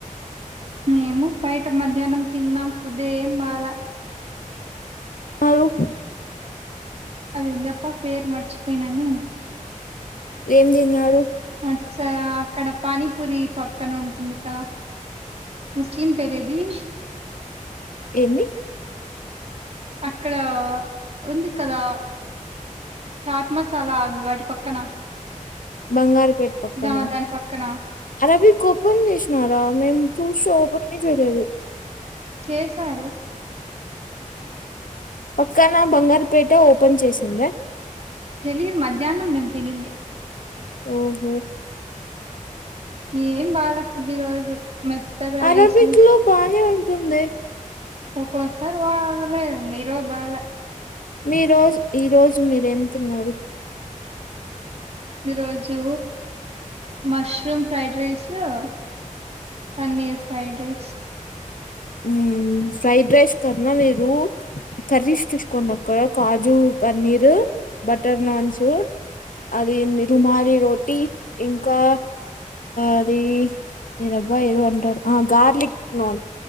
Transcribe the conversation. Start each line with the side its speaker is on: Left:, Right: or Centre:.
Right: మేము బయట మధ్యాహ్నం తినం ఫుడ్ ఏం బాల
Left: ఆరు
Right: అది ఉందఅప్ప పేరు మర్చిపోయిననే
Left: ఏం తిన్నారు
Right: అచ్చ అక్కడ పానీపూరి పక్కన ఉంటుంది గా ముస్లిం పేరేమి
Left: ఎన్ని
Right: అక్కడ ఉంది కదా చాట్ మసాలా అవి వాటి పక్కన
Left: బంగాల పేట్ పక్కన
Right: దా దాని పక్కన
Left: అరబి ఓపెన్ చేసినారా మేము చూస్తే ఓపెనే చేయలేదు
Right: చేసారు
Left: పక్కన బంగారుపేట ఓపెన్ చేసింది
Right: తెలీదు మధ్యాహ్నం మేము తినింది
Left: ఓహో
Right: ఏం బాల ఫుడ్ ఈ రోజు మెత్తగా
Left: అరబిక్
Right: రైస్
Left: లో బానే ఉంట ఉంటుందే
Right: ఒక్కో సారి బగలే ఈరోజు బాల
Left: మీ రోజు ఈ రోజు మీరేం తిన్నారు
Right: ఈ రోజు మష్రూమ్ ఫ్రైడ్ రైస్ ఊ పన్నీర్ ఫ్రైడ్ రైస్
Left: ఉ ఫ్రైడ్ రాైస్ కన్నా మీరు రూ కర్రీస్ తీసుకున్నాం కాజు పన్నీర్ బటర్ నాన్స్ అది రుమాలి రోటీ ఇంకా అది ఏదబా ఏదో అంటారు ఆ గార్లిక్ నాన్